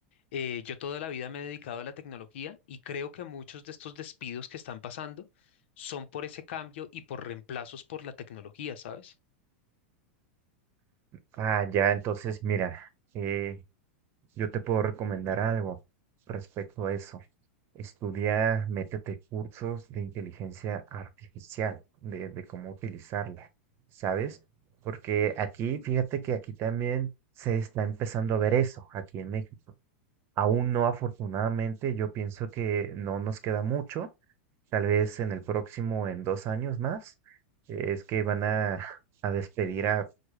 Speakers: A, on the left (about 70°); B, on the right (about 40°).
A: Eh, yo toda la vida me he dedicado a la tecnología y creo que muchos de estos despidos que están pasando son por ese cambio y por reemplazos por la tecnología, ¿sabes?
B: Ah, ya, entonces mira, eh, Yo te puedo recomendar algo respecto a eso. Estudia, métete cursos de inteligencia artificial, de, de cómo utilizarla, ¿sabes? Porque aquí, fíjate que aquí también se está empezando a ver eso, aquí en México. Aún no, afortunadamente, yo pienso que no nos queda mucho, tal vez en el próximo, en dos años más, eh, es que van a, a despedir a